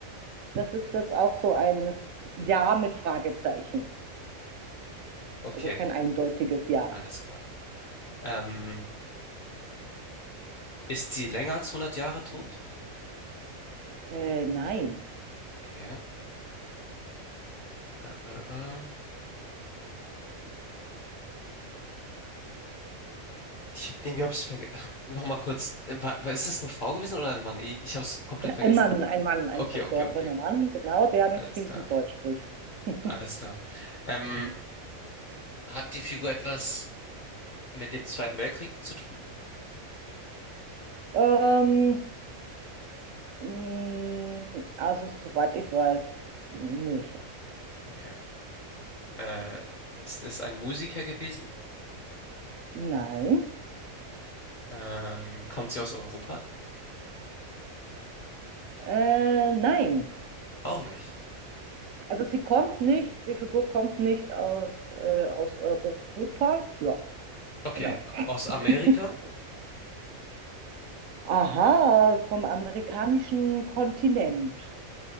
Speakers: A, on the right; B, on the left.
A: das ist jetzt auch so ein Ja mit Fragezeichen.
B: Okay,
A: Also kein eindeutiges Ja.
B: alles klar. Ähm, ist sie länger als hundert Jahre tot?
A: Äh, nein.
B: Okay. Äh, äh, äh. Ich, irgendwie hab's vergessen. <laughs> Nochmal kurz. Äh, War, war, ist es eine Frau gewesen oder ein Mann? Ich, ich hab's komplett vergessen.
A: Ein Mann, ein Mann, ein
B: Okay,
A: verstorbener
B: okay, okay.
A: Mann, genau, der
B: Alles
A: nicht fließend
B: klar.
A: Deutsch spricht. <laughs>
B: Alles klar. Ähm, hat die Figur etwas mit dem Zweiten Weltkrieg zu tun?
A: Ähm, mh, also, soweit ich weiß, nicht.
B: Okay. Äh, ist es ein Musiker gewesen?
A: Nein.
B: Ähm, kommt sie aus Europa?
A: Äh, nein.
B: Auch nicht.
A: Also sie kommt nicht, die Figur kommt nicht aus, äh, aus Europa. Ja,
B: Okay,
A: genau. <laughs>
B: aus Amerika.
A: Aha, vom amerikanischen Kontinent.